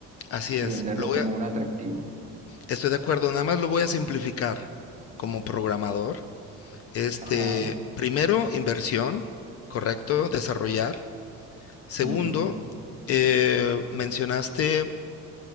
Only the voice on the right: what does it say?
y venderlo
como
un atractivo.
Ajá.
ujú.